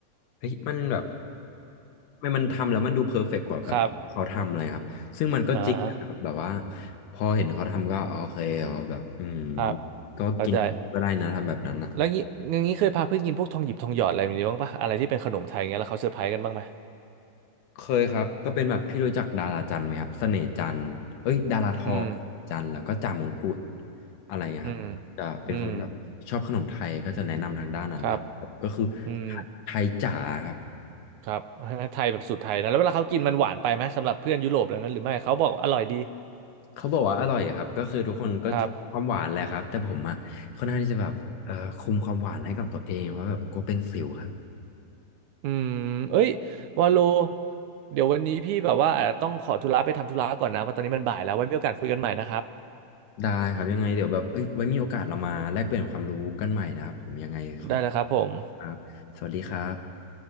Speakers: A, on the left; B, on the right.
A: เฮ้ยมันแบบทำไมมันทำแล้วมันดูเพอร์เฟกต์กว่าแบบเขาทำอะไรครับซึ่งมันก็จริงนะครับแบบว่า
B: <laughs> ครับอ่า
A: พอเห็นเขาทำก็โอเคเอาแบบอืม
B: ครับ
A: ก็กินก็ได้นะทำแบบนั้นอ่ะ
B: เข้าใจ แล้วงี้อย่างงี้เคยพาเพื่อนกินพวกทองหยิบทองหยอดอะไรแบบนี้บ้างปะอะไรที่เป็นขนมไทยเงี้ยแล้วเขาเซอร์ไพรส์กันบ้างไหม
A: เคยครับก็เป็นแบบพี่รู้จักดาราจันทร์ไหมครับเสน่ห์จันทร์เอ้ยดาราทองจันทร์แล้วก็จ่ามงกุฎ
B: อืม
A: อะไรอย่างเงี้ยครับจะเป็นคนที่แบบชอบขนมไทยก็จะแนะนำทางด้านนั้นเลยครับก็คือไทยไทยจ๋าครับ
B: อืมอืมครับอืมครับไทยแบบสูตรไทยนะแล้วเวลาเขากินมันหวานไปไหมสำหรับเพื่อนยุโรปแล้วนั้นหรือไม่เขาบอกอร่อยดี
A: เขาบอกว่าอร่อยครับก็คือทุกคนก็ชอบความหวานแหละครับแต่ผมอะค่อนข้างที่จะแบบเอ่อคุมความหวานให้กับตัวเองเพราะแบบกลัวเป็นสิวครับ
B: ครับอืมเอ้ยวาโลเดี๋ยววันนี้พี่แบบว่าอาจจะต้องขอธุระไปทำธุระก่อนนะว่าะตอนนี้มันบ่ายแล้วไว้มีโอกาสคุยกันใหม่นะครับ
A: ได้ครับยังไงเดี๋ยวแบบเอ้ยไว้มีโอกาสเรามาแลกเปลี่ยนความรู้กันใหม่นะครับผมยังไงขอ
B: ได้เลยครับผม
A: ครับสวัสดีครับ